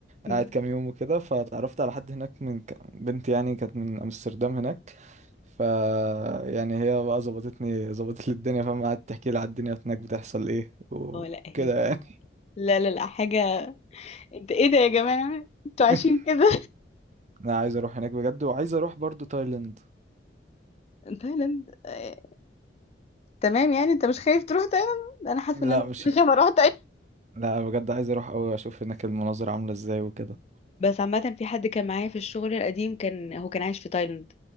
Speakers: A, on the left; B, on the right.
A: <laughs> مم.
B: قاعد كام يوم وكده فتعرفت على حد هناك من ك- بنت يعني كانت من امستردام هناك ف يعني هي بقى ظبطتني ظبطت لي الدنيا فاهم قعدت تحكي لي على الدنيا هناك بتحصل ايه وكده
A: اه لا هي بجد
B: يعني
A: لا لا لا حاجه انت ايه ده يا جماعه انتوا عايشين
B: <laughs>
A: كده
B: انا عايز اروح هناك بجد وعايز اروح برضو تايلاند
A: <laughs> تايلاند آه، تمام يعني انت مش خايف تروح تايلاند انا حاسه
B: لا
A: ان انا ممكن
B: مش
A: اخاف اروح
B: لا بجد عايز اروح قوي اشوف هناك المناظر عامله ازاي وكده
A: بس عامة في حد كان معايا في الشغل القديم كان هو كان عايش في تايلاند